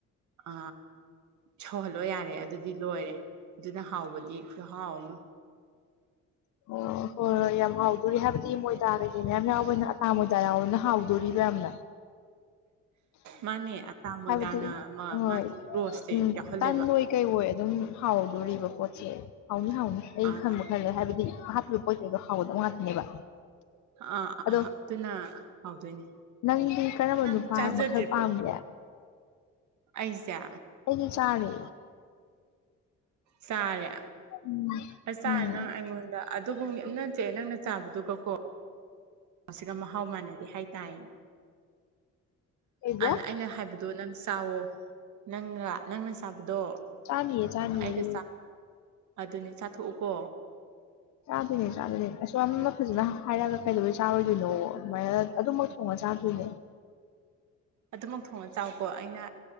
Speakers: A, on the right; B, on the left.
A: ꯑ, ꯁꯧꯍꯜꯂꯣ ꯌꯥꯔꯦ ꯑꯗꯨꯗꯤ ꯂꯣꯏꯔꯦ꯫ ꯑꯗꯨꯅ ꯍꯥꯎꯕꯗꯤ ꯈꯨꯍꯥꯎ ꯑꯃ꯫
B: ꯑꯣ ꯍꯣꯏ ꯍꯣꯏ ꯌꯥꯝ ꯍꯥꯎꯗꯣꯔꯤ ꯍꯥꯏꯕꯗꯤ ꯃꯣꯏꯗꯥ ꯀꯩꯀꯩ ꯃꯌꯥꯝ ꯌꯥꯎꯕꯅ ꯑꯇꯥ ꯃꯣꯏꯗꯥ ꯌꯥꯎꯕꯅꯤꯅꯥ꯫ ꯍꯥꯎꯗꯣꯔꯤꯕ ꯌꯥꯝꯅ꯫
A: ꯃꯥꯅꯦ ꯑꯇꯥ ꯃꯣꯏꯗꯥꯅ
B: ꯍꯥꯏꯕꯗꯤ ꯍꯣꯏ
A: ꯃꯥꯒꯤ ꯔꯣꯁꯁꯦ
B: ꯎꯝ
A: ꯌꯥꯎꯍꯜꯂꯦꯕ
B: ꯇꯟꯑꯣꯏ, ꯀꯩꯑꯣꯏ ꯑꯗꯨꯝ ꯍꯥꯎꯗꯣꯔꯤꯕ ꯄꯣꯠꯁꯦ ꯍꯥꯎꯅꯤ ꯍꯥꯎꯅꯤ ꯑꯩ
A: ꯑꯥ
B: ꯈꯪꯕ ꯈꯂꯩ ꯍꯥꯏꯕꯗꯤ ꯍꯥꯄꯤ ꯍꯥꯎꯒꯗꯕ ꯉꯥꯛꯇꯅꯦꯕ꯫
A: ꯑ
B: ꯑꯗꯣ
A: ꯑꯗꯨꯅ ꯍꯥꯎꯗꯣꯏꯅꯦ,
B: ꯅꯪꯗꯤ ꯀꯔꯝꯕ
A: ꯅꯪ
B: ꯅꯨꯄꯥ
A: ꯆꯥꯖꯗꯔꯤꯕꯣ?
B: ꯃꯈꯜ ꯄꯥꯝꯒꯦ
A: ꯑꯩꯖꯦ꯫
B: ꯑꯩꯗꯤ ꯆꯥꯔꯦ꯫
A: ꯆꯔꯦ
B: ꯎꯝ
A: ꯑꯁꯔꯅ
B: ꯎꯝ
A: ꯑꯩꯉꯣꯗ <unintelligible> ꯑꯗꯨꯕꯨ ꯅꯠꯇꯦ ꯅꯪꯅ ꯆꯥꯕꯗꯨꯒꯀꯣ꯫ ꯃꯁꯤꯒ ꯃꯍꯥꯎ ꯃꯥꯟꯅꯗꯦ ꯍꯥꯏꯇꯥꯏ
B: ꯀꯩꯕꯣ
A: ꯑꯗ ꯑꯩꯅ ꯍꯥꯏꯕ ꯑꯗꯣ ꯅꯪ ꯆꯋꯣ ꯅꯪꯒ ꯅꯪꯅ ꯆꯥꯕꯗꯣ
B: ꯆꯥꯅꯤꯌꯦ ꯆꯥꯅꯤꯌꯦ
A: ꯑꯩꯒ ꯑꯗꯨꯅꯦ ꯆꯥꯊꯣꯛꯎꯀꯣ꯫
B: ꯆꯥꯗꯣꯏꯅꯦ ꯆꯥꯗꯣꯏꯅꯦ ꯑꯁꯨ ꯌꯥꯝꯅ ꯐꯖꯅ ꯍꯥꯏꯔꯛꯑꯒ ꯀꯩꯗꯧꯕꯩ ꯆꯥꯔꯣꯏꯗꯣꯏꯅꯣ ꯑꯗꯨꯃꯥꯏꯅ ꯑꯗꯨꯝꯃꯛ ꯊꯣꯡꯉ ꯆꯥꯗꯣꯏꯅꯦ꯫
A: ꯑꯗꯨꯃꯛ ꯊꯣꯡꯉ ꯆꯥꯎꯀꯣ ꯑꯩꯅ